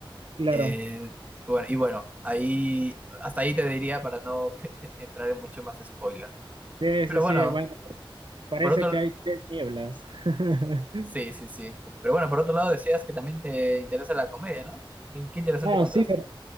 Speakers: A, on the right (about 65°); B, on the right (about 15°).
A: claro.
B: Eh, bueno, y bueno, ahí, hasta ahí te diría para no <laughs> entrar en mucho más spoiler.
A: Sí,
B: Pero
A: sí,
B: bueno,
A: sí, bueno, parece
B: por otro,
A: que hay tres nieblas. <laughs>
B: sí, sí, sí. Pero bueno, por otro lado decías que también te interesa la comedia, ¿no? Y qué interesante
A: Ah,
B: contraste.
A: sí,